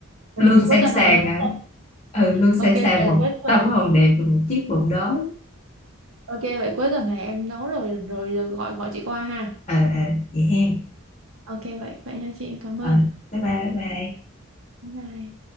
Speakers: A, on the right; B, on the left.
A: Còn
B: luôn
A: cuối
B: sẵn
A: tuần
B: sàng
A: này em nấu
B: à
A: rồi.
B: ừ luôn sẵn
A: Ok vậy
B: sàng một
A: là cuối tuần
B: tâm hồn
A: này.
B: đẹp và một chiếc bụng đói
A: Ok vậy cuối tuần này em nấu rồi rồi, rồi gọi gọi chị qua ha.
B: ờ ờ vậy hen
A: Ok vậy vậy nha chị, em cảm
B: ờ
A: ơn.
B: bye bye bye bye
A: Bye.